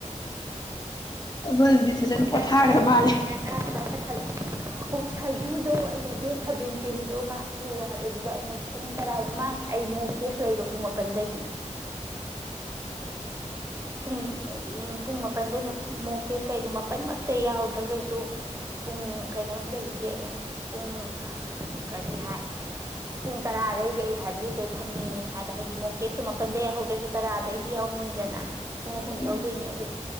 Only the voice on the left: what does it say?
ꯍ ꯐꯖꯅ ꯄꯣꯊꯥꯈ꯭ꯔ
ꯃꯥꯜꯂꯦ
ꯍꯣꯏꯅꯦ